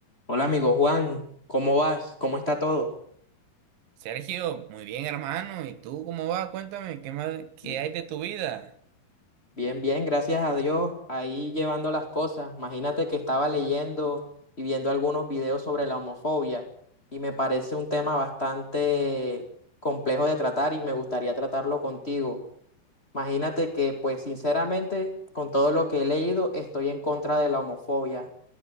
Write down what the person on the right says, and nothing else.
Sergio, muy bien, hermano. ¿Y tú cómo vas? Cuéntame, ¿qué más, qué
hay de tu vida?